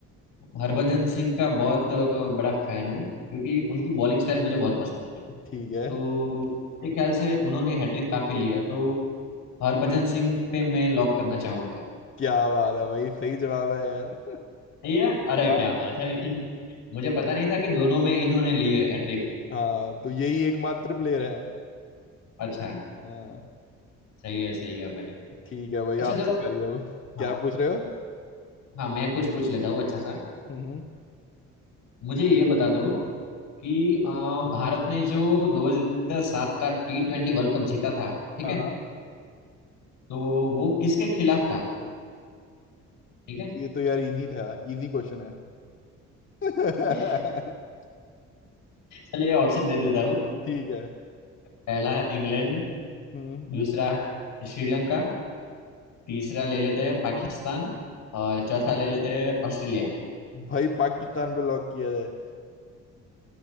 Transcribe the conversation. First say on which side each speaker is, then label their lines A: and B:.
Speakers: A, on the left; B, on the left.
A: हरभजन सिंह का बहुत बड़ा फैन हूँ क्योंकि उनकी बॉलिंग स्टाइल मुझे बहुत पसंद है
B: ठीक है
A: तो मेरे ख्याल से उन्होंने हैट्रिक काफी लिया है तो हरभजन सिंह पे मैं लॉक करना चाहूंगा
B: क्या बात है भाई सही जवाब है यार
A: ये अरे
B: हाँ
A: क्या बात है मुझे पता नहीं था कि दोनों में इन्होंने लिए हैट्रिक
B: हाँ तो यही एकमात्र प्लेयर है
A: अच्छा
B: हाँ
A: सही है सही है भाई
B: ठीक है भाई
A: अच्छा
B: आपकी
A: चलो
B: बारी अब
A: हाँ
B: क्या पूछ रहे हो
A: हाँ मैं कुछ पूछ लेता हूँ अच्छा सा
B: हम्म
A: मुझे ये बता दो कि अ, भारत ने जो 2007 का टी ट्वेंटी वर्ल्ड कप जीता था ठीक
B: हाँ
A: है
B: हाँ
A: तो वो किसके खिलाफ था ठीक है
B: ये तो यार इजी था इजी क्वेश्चन है <laughs>
A: <laughs> चलिए ऑप्शन दे देता हूँ
B: ठीक है
A: पहला इंग्लैंड
B: हम्म
A: दूसरा है श्रीलंका तीसरा ले लेते हैं पाकिस्तान और चौथा ले लेते हैं ऑस्ट्रेलिया
B: भाई पाकिस्तान पे लॉक किया जाए